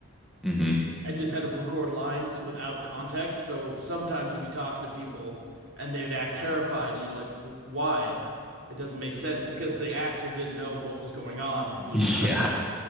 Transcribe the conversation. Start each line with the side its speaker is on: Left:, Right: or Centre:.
Centre: hmm
Right: and just had them record lines without context. So sometimes you'd be talking to people and they would act terrified, and you're like, why? It doesn't make sense. It's because the actor didn't know what was going on.
Centre: <laughs>
Right: He was
Centre: Yeah.
Right: just trying to